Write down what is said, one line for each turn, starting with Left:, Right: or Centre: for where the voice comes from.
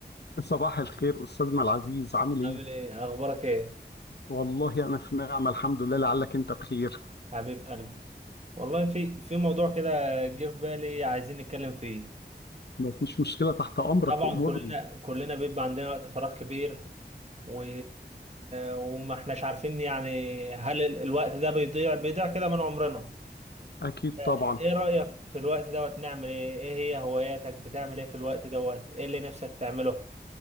Left: صباح الخير أستاذنا العزيز عامل إيه؟
Right: عامل ايه اخبارك ايه
Left: والله أنا في نعمة الحمد لله لعلك أنت بخير
Right: حبيب قلبي والله في في موضوع كده جه في بالي عايزين نتكلم فيه
Left: مفيش مشكلة تحت أمرك
Right: طبعا
Left: وأمورني
Right: كلنا كلنا بيبقى عندنا وقت فراغ كبير و... وما احناش عارفين يعني هل ال- الوقت ده بيضيع بيضيع كده من عمرنا
Left: أكيد طبعا
Right: ايه رأيك في الوقت دوت نعمل ايه ايه هي هواياتك بتعمل ايه في الوقت دوت ايه اللي نفسك تعمله